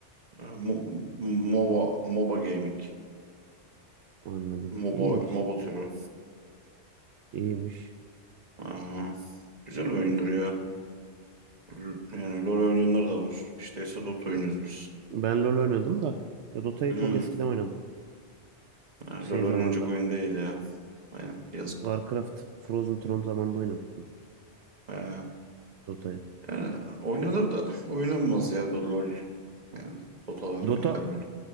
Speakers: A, on the right (about 40°); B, on the right (about 80°).
A: e, Mo- MOBA, MOBA Gaming.
B: Anladım.
A: MOBA,
B: İyiymiş.
A: MOBA türü.
B: İyiymiş.
A: Ha, güzel oyundur ya. L- Yani LoL oynayanlar da var. İşte ise Dota oynuyoruz biz.
B: Ben LoL oynadım da ya Dota'yı
A: Hmm.
B: çok eskiden oynamıştım.
A: ha,
B: Şey
A: LoL
B: zamanda
A: oynayacak oyun değil ya. Aynen. Yazık.
B: Warcraft Frozen Throne zamanında oynamıştım
A: Ha,
B: Dota'yı.
A: yani oynanır da oynanmaz ya Do- LoL. Yani Dota varken
B: Dota
A: de LoL.